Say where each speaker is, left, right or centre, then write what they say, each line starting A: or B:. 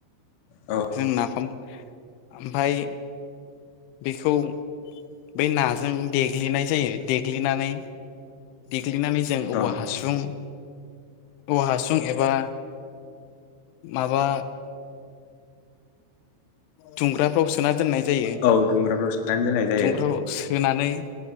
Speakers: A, on the left (about 60°); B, on the left (about 80°).
A: औ
B: जों नाफाम ओमफाय बेखौ बै नाजों देग्लिनाय जायो देग्लिनानै ग्लिनानै जों
A: औ
B: औवा हासुं औव हासुं एबा माबा दुंग्राफ्राव सो सोना दोननाय जायो
A: औ दुंग्राफ्राव सोनानै दोननाय जायो
B: दुंग्राव सो सोनानै